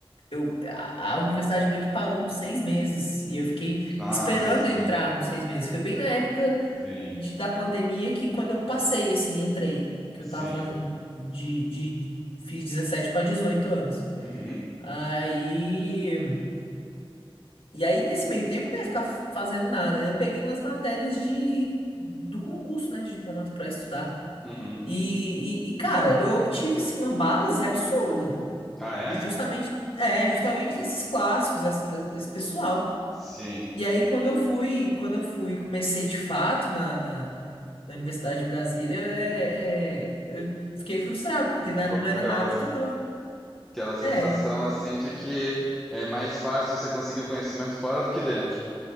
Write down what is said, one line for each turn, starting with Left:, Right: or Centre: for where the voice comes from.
Left: Eu, a, a universidade meio que parou uns seis meses e eu fiquei
Centre: Ah,
Left: esperando
Centre: sim,
Left: entrar uns seis meses. Foi bem na época
Centre: sim,
Left: de- da pandemia que quando eu passei, assim, entrei. Que
Centre: sim.
Left: eu tava de, de, fiz 17 para 18 anos.
Centre: Uhum,
Left: Aí. E aí, nesse meio tempo, eu não ia ficar fazendo nada. Aí eu peguei umas matérias de, do concurso, né, de diplomata para estudar.
Centre: uhum.
Left: E, e, e, cara, eu obtive, assim, uma base absurda.
Centre: Ah, é?
Left: Justamente, é, justamente desses clássicos, dessa- desse, desse pessoal.
Centre: Sim.
Left: E aí, quando eu fui, quando eu fui, comecei de fato na, na, na Universidade de Brasília, é, é, eu fiquei frustrado, porque
Centre: Ficou
Left: não era, não
Centre: com
Left: era
Centre: aquela,
Left: nada do que eu tava...
Centre: aquela sensação
Left: É,
Centre: assim de que é mais fácil você conseguir o conhecimento fora do que dentro.